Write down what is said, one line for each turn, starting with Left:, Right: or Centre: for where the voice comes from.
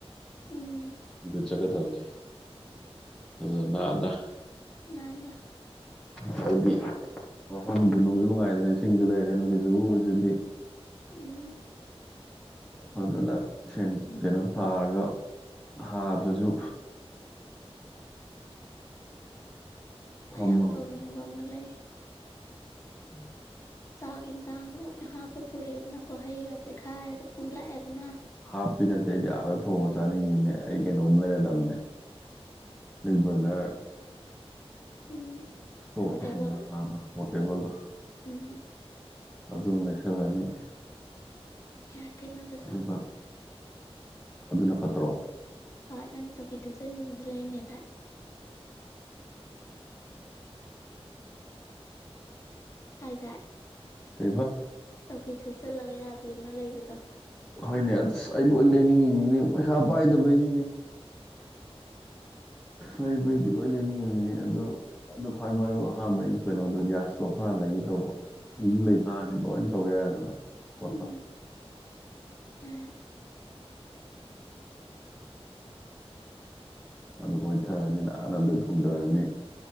Left: ꯎꯝ
Centre: ꯑꯗꯨ ꯆꯠꯀꯗꯕꯅꯦ ꯑꯗꯨꯗ ꯅꯥꯟꯅꯥ
Left: ꯅꯥꯟꯅ
Centre: ꯑꯗꯩꯗꯤ ꯃꯐꯝꯗꯨ ꯅꯨꯡꯁꯨ ꯅꯨꯡꯉꯥꯏꯔꯦꯗꯅ ꯏꯁꯤꯡꯁꯨ ꯂꯩꯔꯦ ꯅꯨꯡꯁꯤꯠꯁꯨ ꯎꯔꯨꯔꯨ ꯁꯤꯠꯂꯤ
Left: ꯎꯝ
Centre: ꯐꯖꯅ ꯁꯦꯡ ꯀꯩꯅꯣ ꯊꯤꯔꯒ ꯊꯥꯗ꯭ꯔꯖꯨ
Left: ꯑꯩ
Centre: ꯐꯝꯃꯒ
Left: ꯌꯥꯝ ꯇꯧꯅꯤꯡꯕ ꯑꯃ ꯂꯩꯌꯦ
Centre: <unintelligible>
Left: ꯆꯥꯛ ꯑꯦꯟꯖꯥꯡ ꯂꯣꯏꯅ ꯍꯥꯞꯄ ꯄꯨꯔꯛꯑꯦꯗꯅꯀꯣ ꯍꯩꯒꯁꯦ ꯈꯥꯏꯔꯒ ꯄꯨꯂꯥꯛꯑꯦꯗꯅ
Centre: ꯍꯥꯞꯄꯤ ꯅꯠꯇꯦ ꯑꯩꯗꯤ ꯑꯥꯗ ꯊꯣꯡꯉꯥ ꯆꯥꯅꯤꯡꯉꯤꯅꯤꯅꯦ ꯑꯩ ꯀꯩꯅꯣꯝ ꯂꯩꯔꯗꯝꯅꯦ <unintelligible> ꯕꯔꯅꯔ
Left: ꯎꯝ
Centre: ꯁ꯭ꯇꯣꯞ
Left: ꯄꯣꯔꯇꯦꯕꯜ
Centre: ꯇꯣ ꯈꯪꯕ꯭ꯔ ꯃꯆꯥꯗꯣ ꯄꯣꯔꯇꯦꯕꯜꯗꯣ
Left: ꯎꯝ
Centre: ꯑꯗꯨꯝ ꯂꯩꯁꯜꯂꯅꯤ
Left: ꯌꯥꯏ ꯀꯩꯅꯣ ꯑꯗꯨꯁꯨ
Centre: ꯑꯗꯨꯒ ꯑꯗꯨꯅ ꯐꯠꯇ꯭ꯔꯣ
Left: ꯍꯣꯏ ꯅꯪ ꯆꯧꯀ꯭ꯔꯤ ꯊꯨꯞꯆꯟꯕꯤ ꯑꯃꯖꯨ ꯂꯩꯔꯅꯦꯗꯥꯥꯏ ꯍꯥꯏꯗꯥꯏ
Centre: ꯀꯩꯕ
Left: ꯆꯧꯀ꯭ꯔꯤ ꯊꯨꯞꯆꯜꯂꯒ ꯌꯥꯕꯤ ꯑꯃ ꯂꯩꯕꯗꯣ
Centre: ꯍꯣꯏꯅꯦ ꯑꯗꯨꯁꯨ ꯑꯩ ꯂꯣꯏ ꯂꯩꯅꯤꯡꯉꯤꯅꯤꯅꯦ ꯄꯩꯁꯥ ꯄꯥꯏꯗꯕꯩꯅꯤꯅꯦ ꯂꯩꯕꯩꯗꯤ ꯂꯣꯏ ꯂꯩꯅꯤꯡꯉꯤꯝꯅꯤꯅꯦ ꯑꯗꯣ ꯑꯗꯨ ꯈ꯭ꯋꯥꯏ ꯃꯔꯨ ꯑꯍꯥꯟꯕꯩ ꯑꯩ ꯀꯩꯅꯣꯗꯣ ꯒ꯭ꯌꯥꯁ ꯏ꯫ꯁ꯭ꯇꯣꯞꯇꯣ ꯍꯥꯟꯅ ꯂꯩꯒꯦ ꯇꯧꯕ ꯎꯝ ꯂꯩꯇꯥꯔꯗꯤ ꯂꯣꯏꯅ ꯇꯧ ꯌꯥꯔꯦꯗꯅ ꯄꯣꯠꯇꯣ
Left: ꯎꯝ ꯌꯥꯔꯦ
Centre: ꯑꯗꯨ ꯀꯣꯏꯊꯥꯔꯅꯤ ꯅꯥꯟꯅ ꯑꯗꯨꯗ ꯊꯣꯡꯗꯥꯔꯅꯤ